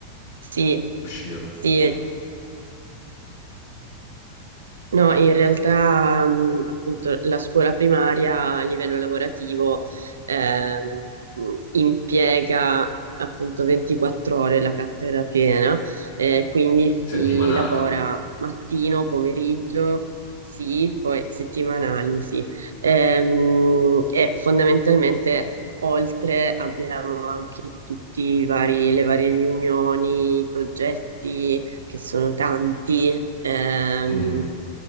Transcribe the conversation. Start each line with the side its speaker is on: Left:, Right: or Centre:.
Right: Sì,
Left: uscirne.
Right: sì.
Left: Mm.
Right: No, in realtà, mh, appunto, la scuola primaria a livello lavorativo ehm, impiega appunto 24 ore la cattedra piena, eh, quindi si
Left: Settimanali.
Right: lavora mattino, pomeriggio, sì, poi settimanali, sì. Ehm, e fondamentalmente oltre abbiamo anche tutti i vari, le varie riunioni, i progetti che sono tanti, ehm,
Left: Mm,